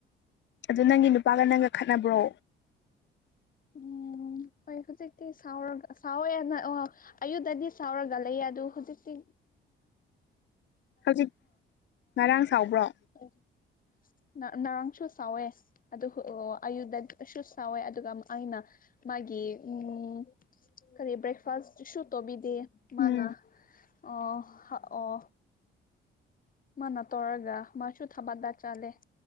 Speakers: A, on the left; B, on the left.
A: ꯑꯗꯨ ꯅꯪꯒꯤ ꯅꯨꯄꯥꯒ ꯅꯪꯒ ꯈꯠꯅꯕ꯭ꯔꯣ?
B: ꯎꯝ ꯍꯣꯏ ꯍꯧꯖꯤꯛꯇꯤ ꯁꯥꯎꯔꯒ ꯁꯥꯎꯋꯦꯅ ꯑ‌ꯣ ꯑꯌꯨꯇꯗꯤ ꯁꯥꯎꯔꯒ ꯂꯩꯌ‌ꯦ ꯑꯗꯨ ꯍꯨꯖꯤꯛꯇꯤ
A: ꯍꯧꯖꯤꯛ ꯉꯔꯥꯡ ꯁꯥꯎꯕ꯭ꯔꯣ?
B: <inaudible> ꯉꯔꯥꯡꯁꯨ ꯁꯥꯎꯋꯦ ꯑꯗꯨ ꯑꯌꯨꯗꯁꯨ ꯁꯥꯎꯋꯦ ꯑꯗꯨꯒ ꯑꯩꯅ ꯃꯥꯒꯤ ꯎꯝ ꯀꯔꯤ ꯕ꯭ꯔꯦꯛꯐꯥꯁ ꯏꯁꯨ ꯇꯧꯕꯤꯗꯦ ꯃꯥꯅ
A: ꯎꯝ
B: ꯑꯣ ꯍ ꯑꯣ ꯃꯥꯅ ꯇꯧꯔꯒ ꯃꯥꯁꯨ ꯊꯕꯛꯗ ꯆꯠꯂꯦ